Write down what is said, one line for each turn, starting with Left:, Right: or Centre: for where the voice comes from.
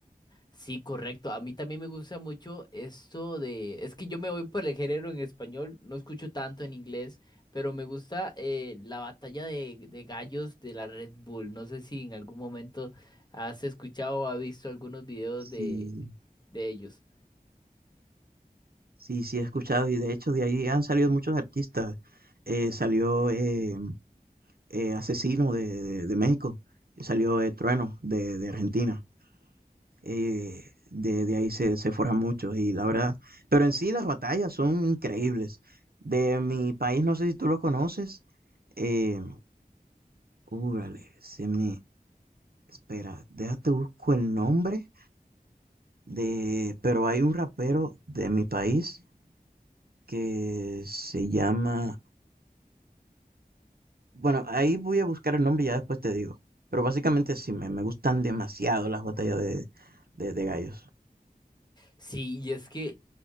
Left: Sí, correcto. A mí también me gusta mucho esto de... Es que yo me voy por el género en español, no escucho tanto en inglés, pero me gusta eh, la batalla de, de gallos de la Red Bull. No sé si en algún momento has escuchado o has visto algunos videos
Right: Sí,
Left: de, de ellos.
Right: sí, sí he escuchado y de hecho de ahí han salido muchos artistas. Eh, salió eh, eh, Asesino de, de- de México, salió eh, Trueno de, de Argentina. eh, de, de ahí se, se forjan muchos y la verdad, pero en sí las batallas son increíbles. De mi país, no sé si tú lo conoces, eh, úrale, se me, espera, déjate busco el nombre de, pero hay un rapero de mi país que se llama Bueno, ahí voy a buscar el nombre y ya después te digo. Pero básicamente sí, me, me gustan demasiado las batallas de, de, de gallos.
Left: Sí, y es que,